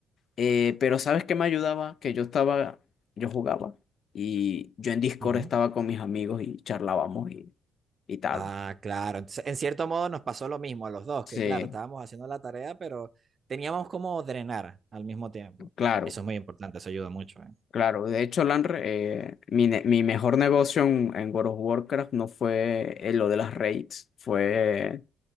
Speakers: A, on the left; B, on the right.
A: Eh, pero ¿sabes qué me ayudaba? Que yo estaba, yo jugaba y yo en Discord
B: Ujú.
A: estaba con mis amigos y charlábamos y, y tal.
B: Ah, claro. Entonces, en cierto modo nos pasó lo mismo a los dos,
A: Sí,
B: que claro, estábamos haciendo la tarea, pero teníamos como drenar al mismo tiempo.
A: claro,
B: Eso es muy importante, eso ayuda mucho, ¿eh?
A: claro. De hecho, Lanre, eh, mi, ne- mi mejor negocio en, en World of Warcraft no fue eh, lo de las raids, fue